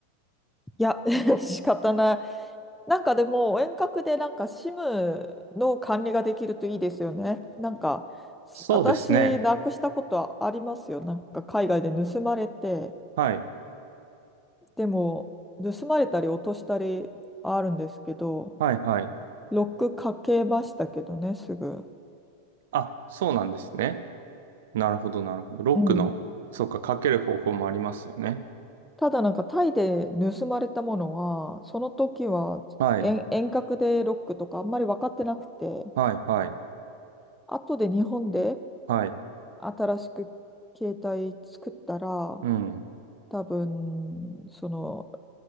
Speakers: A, in the centre; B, on the right.
A: いや、<laughs> 仕方ない。なんかでも、遠隔でなんか SIM の管理ができるといいですよね。なんか、す私、
B: そうですね。
A: なくしたことはありますよ。なんか海外で盗まれて、
B: はい。
A: でも、盗まれたり落としたりあるんですけど、
B: はいはい。
A: ロックかけましたけどね、すぐ。
B: あ、そうなんですね。なるほどなるほど。ロックの、
A: うん。
B: そうか、かける方法もありますよね。
A: ただなんかタイで盗まれたものは、その時は遠、
B: はい。
A: 遠隔でロックとかあんまり分かってなくて、
B: はいはい
A: 後で日本で
B: はい。
A: 新しく携帯作ったら、
B: うん。
A: 多分、その